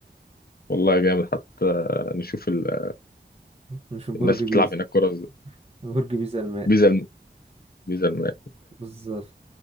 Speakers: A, on the left; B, on the right.
A: والله جامد حتى نشوف ال-
B: نشوف برج
A: الناس
B: بيزا
A: بتلعب هناك كرة ازاي
B: برج بيزا المائل
A: بيزا الم... بيزا الماء
B: بالظبط